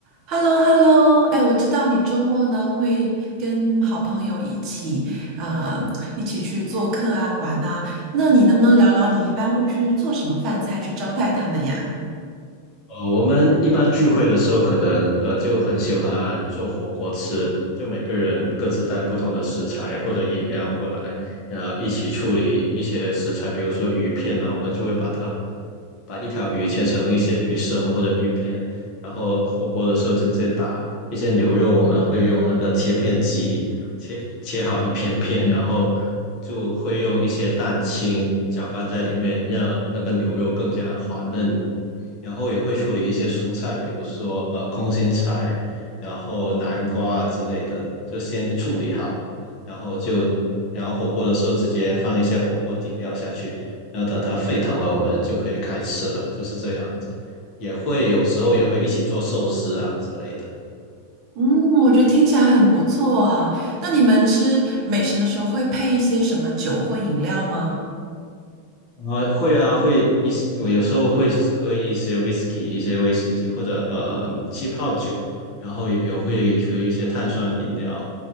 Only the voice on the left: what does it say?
呃，我们一般聚会的时候，可能呃就很喜欢做火锅吃，就每个人各自带不同的食材或者饮料过来，然后一起处理一些食材，比如说鱼片啊，我们就会把它把一条鱼切成一些鱼生或者鱼片，然后火锅的时候直接打一些牛肉，我们会用那个切片机切切好一片片，然后就会用一些蛋清搅拌在里面，让那个牛肉更加滑嫩。然后也会处理一些蔬菜，比如说呃空心菜，然后南瓜啊之类的，就先处理好，然后就然后火锅的时候直接放一些火锅底料下去，然后等它沸腾了，我们就可以开吃了，就是这样子。也会有时候也会一起做寿司啊之类的，
啊，会啊会一起，我有时候会喝一些 whisky，一些威士忌或者呃气泡酒，然后也也会喝一些碳酸饮料。